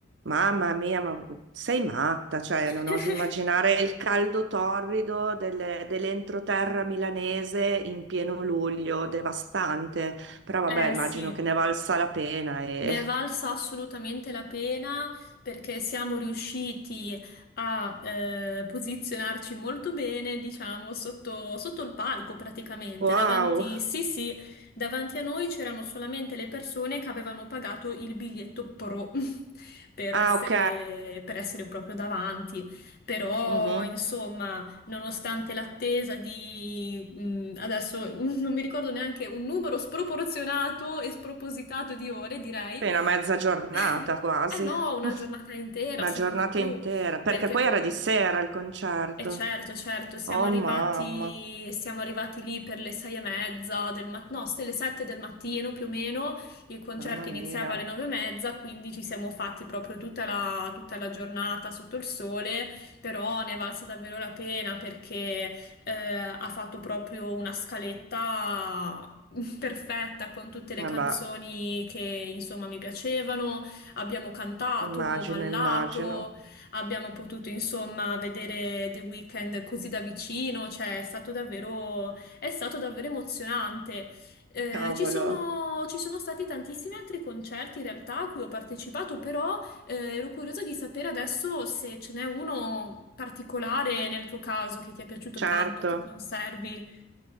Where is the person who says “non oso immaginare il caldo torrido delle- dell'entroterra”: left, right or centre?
Right